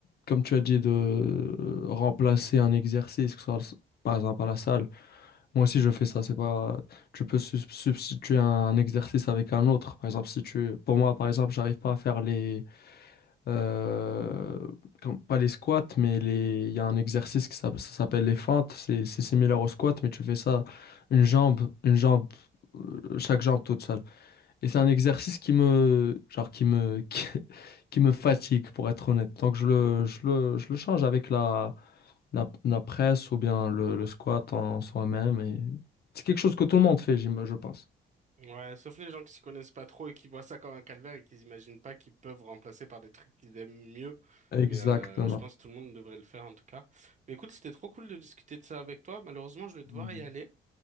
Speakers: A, on the left; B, on the right.
A: comme tu as dit, de remplacer un exercice, que ce soit le s- par exemple à la salle. Moi aussi, je fais ça. C'est pas, tu peux sub- substituer un exercice avec un autre. Par exemple, si tu, pour moi, par exemple, j'arrive pas à faire les euh, comme- pas les squats, mais les, il y a un exercice qui s'app- ça s'appelle les fentes. C'est c'est similaire au squat, mais tu fais ça une jambe, une jambe, euh, chaque jambe toute seule. Et c'est un exercice qui me, genre qui me, <laughs> qui, qui me fatigue, pour être honnête. Donc je le, je le, je le change avec la, la, la presse ou bien le, le squat en soi-même. Et c'est quelque chose que tout le monde fait, j'im- je pense.
B: Ouais, sauf les gens qui s'y connaissent pas trop et qui voient ça comme un calvaire et qui imaginent pas qu'ils peuvent remplacer par des trucs qu'ils aiment mieux.
A: Exactement.
B: Mais euh, je pense que tout le monde devrait le faire en tout cas. Mais écoute, c'était trop cool de discuter de ça avec toi. Malheureusement, je vais devoir
A: Mm.
B: y aller.